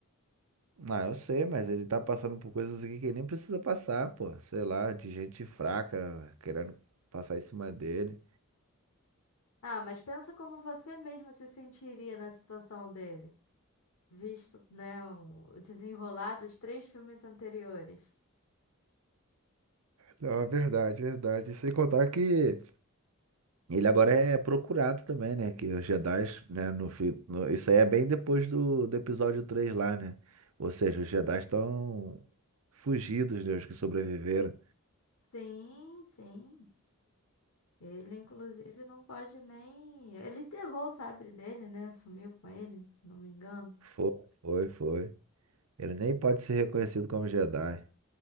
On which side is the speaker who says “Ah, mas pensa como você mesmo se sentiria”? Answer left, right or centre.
Left